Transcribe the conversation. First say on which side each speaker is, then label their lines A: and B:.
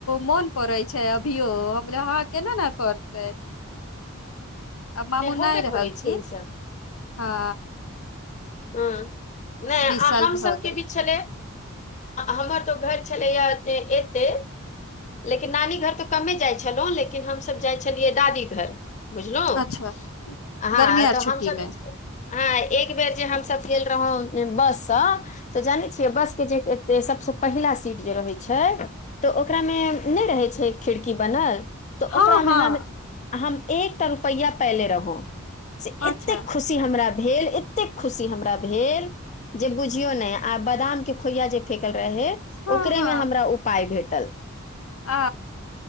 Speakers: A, on the left; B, on the left.
A: मोन पड़े छै अभियो, हम कहलियै हँ केना ने पड़। तैं, आब मामु
B: होबे
A: नहि रहलथिन
B: करै छै ईसभ
A: हँ।
B: ह नहि
A: बीस साल
B: हम
A: भऽ
B: सबके
A: गेल
B: भी छलै। हमर त घर छलैए एतै। लेकिन नानी घर तऽ कमे जाइ छलहुँ, लेकिन हमसभ जाइ छलियै दादी घर। बुझलौं
A: अच्छा
B: हँ
A: गर्मी
B: तऽ
A: आर छुट्टी
B: हमसब।
A: मे
B: हाँ, एक बेर जे हमसब गेल रहौ बस से तऽ जानै छियै बस के जे। जे सबसँ पहिला सीट जे रहैत छै तऽ ओकरा में नहि रहै छै खिड़की बनल। तऽ
A: हँ
B: ओकरा
A: हँ
B: में हम, हम एकटा रुपैआ पएले रहौ से एतेक
A: अच्छा
B: खुशी। खुशी हमरा भेल, एतेक खुशी हमरा भेल जे बुझ। झियौ नहि, आ बदाम के खोइया जे फेेकल रहै
A: हँ
B: ओकरे
A: हँ
B: में हमरा उ पाय भेटल।
A: आ,